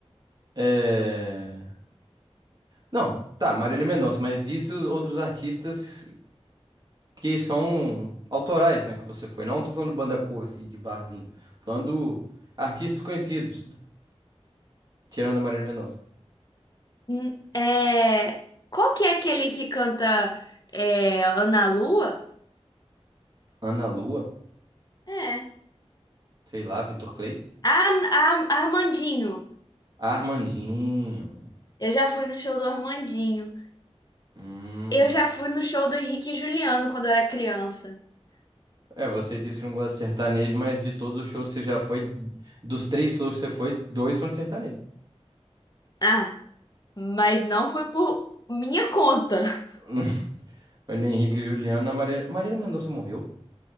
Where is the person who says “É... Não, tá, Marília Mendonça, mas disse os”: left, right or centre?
Right